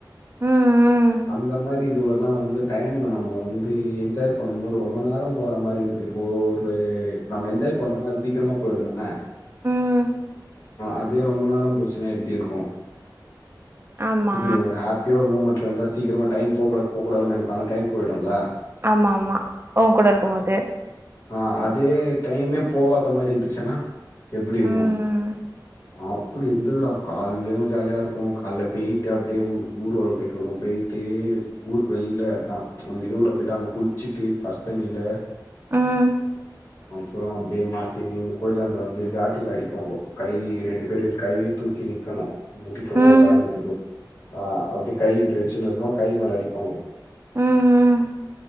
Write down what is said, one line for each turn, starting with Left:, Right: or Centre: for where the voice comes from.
Right: ம்
Left: அந்த மாரி இதுவுலதா வந்து டைம் நம்ம வந்து என்ஜாய் பண்ணும் போது ரொம்ப நேரோ போற மாரி இருந்தது போர்லே இப்ப நம்ம என்ஜாய் பண்றோனா அது சீக்கிரமா போயிடு தான
Right: ம்
Left: அது ரொம்ப நேரோ போச்சுனா எப்டி இருக்கு
Right: ஆமா
Left: இப்டி ஒரு ஆப் பியூர் மூமெண்ட்ல இருந்தா சீக்கிரமா டைம் போக்கூடாது போக்கூடாது நெனப்பே ஆனா டைம் போயிடுல
Right: ஆமா ஆமா ஒ கூட இருக்கு போது
Left: ஆஹ் அதே டைமே போவாத மாரி இருந்துச்சுனா எப்டி இருக்கு
Right: ம்
Left: அப்புடி இருந்துதுடா கால்லயு ஜாலியா இருக்கு கால்ல பேயிட்டு அப்டியே ஊ ஊர்வலம் போயிட்டு வருவோ பேயி தே ஊருக்கு வெள்ள அதா அந்த இதுல போயிட்டு அங்க குளிச்சுட்டு பஸ்த்தண்ணீல
Right: ம்
Left: அப்புறோ அப்டியே மாத்தி நீங்க கோயிலாண்ட வந்து ஜாட்டில அடிப்பாங்கோ கை ரெண்டு பேரு இப்டி கை தூக்கி நிக்கணு முட்டி போட்டு
Right: ம் ம்
Left: ஒரு கால் முட்டி போட்டு ஆ அப்டி கை இப்டி வெச்சுனு இருக்கனு கை மேல அடிப்பாங்க
Right: ம்